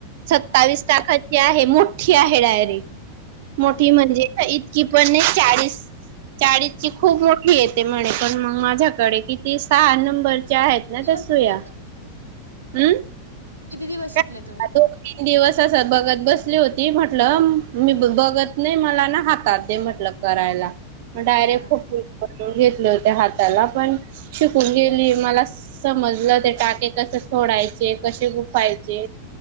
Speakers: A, on the right; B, on the right.
A: सत्तावीस
B: हा
A: तारखांची आहे मोठी आहे डायरी
B: बापरे
A: मोठी म्हणजे इतकी पण नाही चाळीस चाळीस
B: हा
A: ची खूप मोठी येते म्हणे पण मग माझ्याकडे किती सहा नंबर च आहेत
B: किती
A: ना
B: दिवस
A: त्या सूया
B: शिकवलं
A: हम्
B: किती दिवस शिकले
A: का
B: तुम्ही
A: दोन तीन दिवस असत बघत बस होती म्हटलं मी बघत नाही मला ना हातात दे म्हटलं करायला मग डायरेक्ट
B: हा
A: फोटोून घेतलं त्या हाताला पण शिकून गेली मला समजलं ते टाके कस सोडायचे कसे खूप खायचे